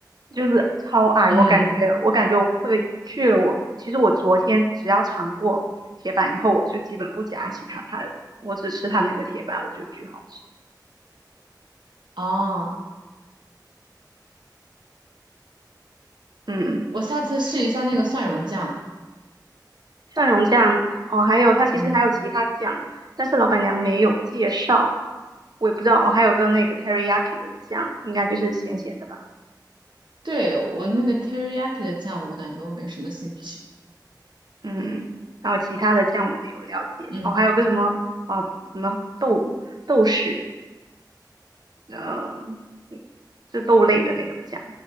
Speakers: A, on the right; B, on the right.
A: 就是超爱。
B: 嗯，
A: 我感觉我感觉我会去了我，其实我昨天只要尝过铁板以后，我就基本不夹其他菜了，我只吃它那个铁板，我就巨好吃。
B: 啊。
A: 嗯。
B: 我下次试一下那个蒜蓉酱。
A: 蒜蓉酱哦，还有它其实还有其他酱，
B: 嗯，
A: 但是老板娘没有介绍，我也不知道哦，还有个那个 teriyaki 的酱，应该就是咸咸的吧，
B: 对，我那个 teriyaki 的酱，我感觉我没什么兴趣。
A: 嗯，然后其他的酱我没有了解，
B: 嗯
A: 哦，还有个什么啊、什么豆豆豉，嗯、是豆类的那种酱，